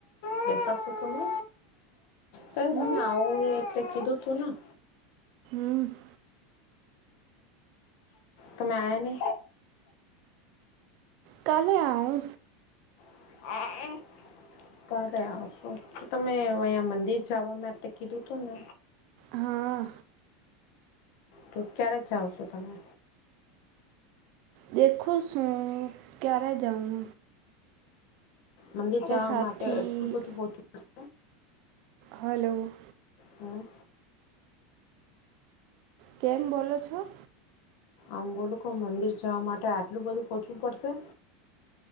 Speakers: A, on the left; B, on the right.
A: બે તમે પ
B: હમ
A: તમે આવોને એટલે કીધું <unintelligible>
B: હમ
A: તોમે, એને
B: કલે આું
A: <unintelligible> તારે આવશો, તો તમે અહીંયા મંદિર જવા માટે કીધું હતુ, ને
B: હા
A: તો ક્યારે જાાવ છો, તમે?
B: દેખો શું, ક્યારે જાઉન
A: મંદિર જવા
B: સાથી
A: માટે એટલું બધુંચુંશે
B: હલો.
A: હમ.
B: કેમ, બોલો છો.
A: આમ બોલું મંદિર જવા, માટે આટલું બધું પહોચવું પડશે.